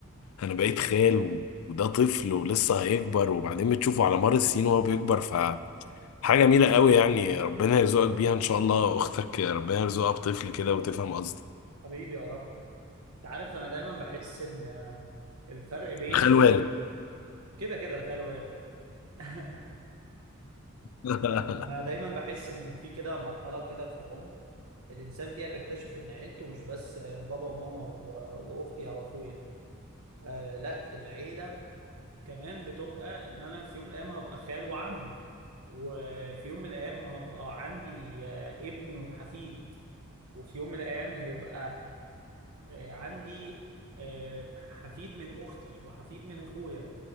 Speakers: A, on the left; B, on the right.
A: انا بقيت خال و- وده طفل ولسه هيكبر وبعدين بتشوفه على مر السنين وهو بيكبر فحاجة جميلة قوي يعني ربنا يرزقك بيها ان شاء الله اختك ربنا يرزقها بطفل كده وتفهم قصدي
B: حبيبي يا رب انت عارف انا دايما بحس ان آم، الفرق بين
A: خال والد
B: كده كده الخال والوالد <laughs>
A: <laughs>
B: انا دايما بحس ان في كده مرحله كده في العمر الإنسان فيها بيكتشف إن عيلته مش بس بابا وماما و- وأختي أو أخويا آه لا العيلة كمان بتبقى إن أنا في يوم من الأيام هبقى خال وعم وفي يوم من الأيام هبقى عندي آه ابن وحفيد وفي يوم من الأيام هيبقى آه عندي آه حفيد من أختي وحفيد من أخويا